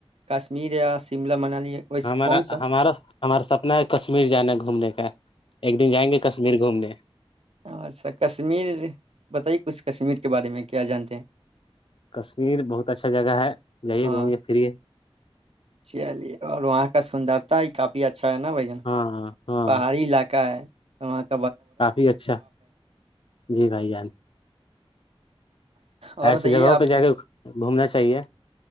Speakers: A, on the right; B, on the left.
A: کشمیر یا شملہ منالی ویسے
B: ہمارا
A: کون سا
B: ہمارا ہمارا سپنا ہے کشمیر جانا ہے گھومنے کا ایک دن جائیں گے کشمیر گھومنے
A: اچھا کشمیر بتائیے اس کشمیر کے بارے میں کیا جانتے ہیں
B: کشمیر بہت اچھا جگہ ہے جائیے
A: ہاں
B: گھومیے پھریے
A: چلیے اور وہاں کا سندرتا ہی کافی اچھا ہے نا بھ جن
B: ہاں ہاں ہاں
A: پہاڑی علاقے کا وہ
B: کافی اچھا جی بھائی ان
A: اور
B: ایسیے
A: بتائیے
B: جگہوں
A: آپ
B: پہ جا کے گھومنااہ صحیحے